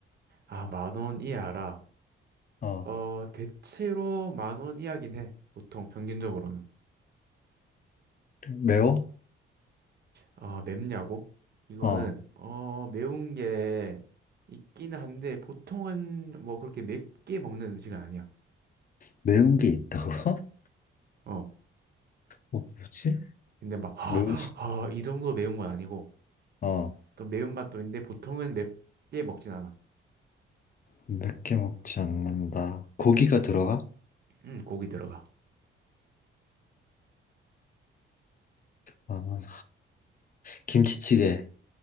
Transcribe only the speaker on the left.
어,
그래. 매워?
어,
매운 게 있다고? <laughs>
어, 뭐지?
매우, 시-
어,
맵게 먹지 않는다. 고기가 들어가?
만 원. 김치찌개.